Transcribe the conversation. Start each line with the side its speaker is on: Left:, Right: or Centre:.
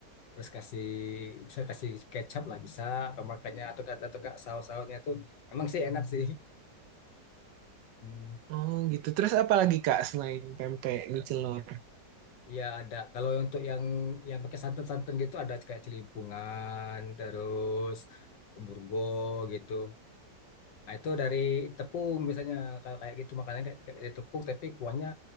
Left: Terus kasih bisa kasih kecap lah bisa kemakannya atau kata atau saus-sausnya itu emang sih enak sih. Hmm.
Right: Oh gitu. Terus apa lagi Kak selain pempek mie celor?
Left: ya ada. Kalau untuk yang yang pakai santan-santan gitu ada kayak celimpungan, terus burgo gitu. Nah, itu dari tepung misalnya kalau kayak gitu makanya kayak, kayak dari tepung tapi kuahnya